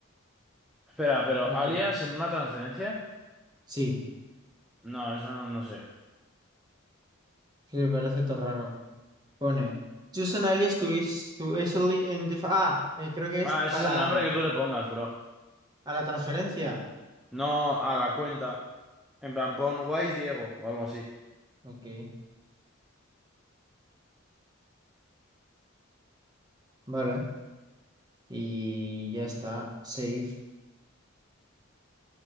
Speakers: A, in the centre; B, on the right.
A: Espera, pero
B: Ok.
A: alias en una transferencia?
B: Sí.
A: No, eso no, no sé.
B: Sí, me parece todo raro. Pone... Use an alias to, is, to easily identify... Ah, eh, creo que
A: Ah,
B: es
A: ese
B: para...
A: es el nombre
B: mm,
A: que tú le pongas, bro.
B: a la transferencia.
A: No a la cuenta. En plan, pon Wise Diego o algo así.
B: Ok. Vale. Y ya está. Save.